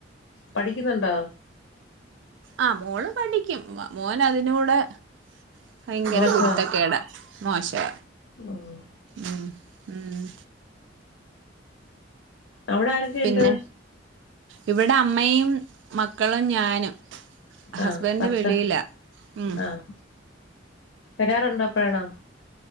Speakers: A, on the left; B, on the right.
A: പഠിക്കുന്നുണ്ടോ?
B: ആഹ് മോള് പഠിക്കും. മോൻ അതിനൂടെ ഭയങ്കര
A: മോശവാ
B: കുരുത്തക്കേടാ മോശാ
A: ഉം
B: ഉം ഉം
A: അവടെ ആരൊക്കെ
B: പിന്നെ
A: ഇണ്ട്
B: ഇവിടെ അമ്മയും മക്കളും ഞാനും. ഹസ്ബൻഡ്
A: ആഹ് ഭർത്ത
B: വെളിയിലാ ഉം
A: ആഹ് വരാറുണ്ടോ? പ്പാണോ